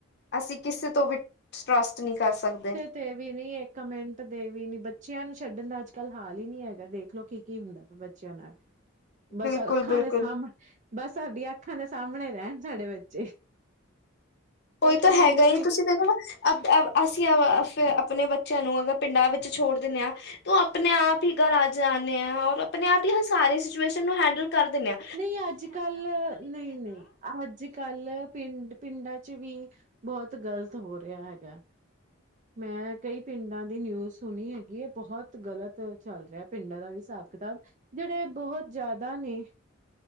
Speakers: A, on the left (about 55°); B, on the right (about 35°).
A: ਅਸੀਂ ਕਿਸੇ ਤੋਂ ਵੀ ਟਰੱਸਟ ਨੀ ਕਰ ਸਕਦੇ।
B: ਕਿਤੇ ਵੀ ਨੀ ਏਕ ਮਿੰਟ ਦੇ ਵੀ ਨੀ, ਬੱਚਿਆਂ ਨੂੰ ਛੱਡਣ ਦਾ ਅੱਜ ਕੱਲ੍ਹ ਹਾਲ ਹੀ ਨੀ ਹੈਗਾ ਦੇਖਲੋ ਕੀ ਕੀ ਹੁੰਦੈ ਬੱਚਿਆਂ ਦੇ ਨਾਲ, ਬਸ
A: ਬਿਲਕੁਲ
B: ਅੱਖਾਂ
A: ਬਿਲਕੁਲ
B: ਦੇ ਸਾਹਮਣੇ ਬਸ ਸਾਡੀਆਂ ਅੱਖਾਂ ਦੇ ਸਾਹਮਣੇ ਰਹਿਣ ਸਾਡੇ ਬੱਚੇ
A: ਕੋਈ
B: ਇੱਕ
A: ਤਾਂ ਹੈਗਾ
B: ਮਿੰਟ
A: ਹੀ
B: ਵੀ
A: ਤੁਸੀਂ ਦੇਖੋ ਨਾ ਅ ਅ ਅਸੀਂ ਅ ਆ ਆਪਣੇ ਬੱਚਿਆਂ ਨੂੰ ਅਗਰ ਪਿੰਡਾਂ ਵਿੱਚ ਛੋੜ ਦੇਨੇ ਹਾਂ ਤੋਂ ਆਪਨੇ ਆਪ ਹੀ ਘਰ ਆ ਜਾਨੇ ਆਂ ਔਰ ਆਪਣੇ ਆਪ ਹੀ ਸਾਰੀ ਸਿਚੁਏਸ਼ਨ ਨੂੰ ਹੈਂਡਲ ਕਰ ਦਿੰਨੇ ਆਂ।
B: ਨਈਂ, ਅੱਜ ਕੱਲ ਨਈ ਨਈ, ਅੱਜ ਕੱਲ ਪਿੰਡ ਪਿੰਡਾਂ 'ਚ ਵੀ ਬਹੁਤ ਗਲਤ ਹੋ ਰਿਹਾ ਹੈਗਾ। ਮੈਂ ਕਈ ਪਿੰਡਾਂ ਦੀ ਨਿਊਜ਼ ਸੁਣੀ ਹੈਗੀ ਹੈ। ਬਹੁਤ ਗਲਤ ਚੱਲ ਰਿਹਾ ਪਿੰਡਾਂ ਦਾ ਵੀ ਹਿਸਾਬ ਕਿਤਾਬ। ਜਿਹੜੇ ਬਹੁਤ ਜ਼ਿਆਦਾ ਨੇ।